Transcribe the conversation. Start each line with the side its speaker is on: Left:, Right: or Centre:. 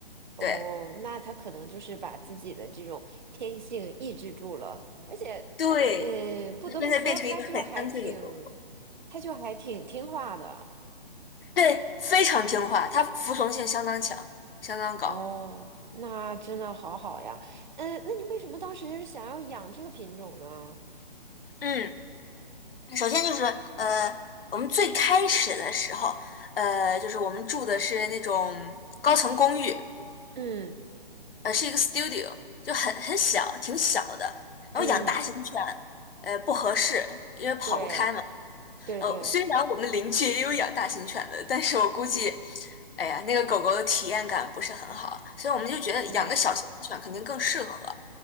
Right: 哦，
Left: 对
Right: 那他可能就是把自己的这种天性抑制住了，而且，
Left: 对，
Right: 呃，不得不说，
Left: 现在变成一个很安静的狗狗。
Right: 他就还挺，他就还挺听话的。
Left: 对，非常听话，它服从性相当强，相当高。
Right: 哦，那真的好好呀。嗯，那你为什么当时想要养这个品种呢？
Left: 嗯，首先就是呃，我们最开始的时候，呃，就是我们住的是那种高层公寓，
Right: 嗯
Left: 呃，是一个 studio，就很很小，挺小的。然后养大型犬，
Right: 嗯，
Left: 呃，不合适，因为跑不开嘛。
Right: 对对对，
Left: 呃，虽然我们邻居也有养大型犬的，但是我估计，哎呀，那个狗狗的体验感不是很好，所以我们就觉得养个小型犬肯定更适合。
Right: 对，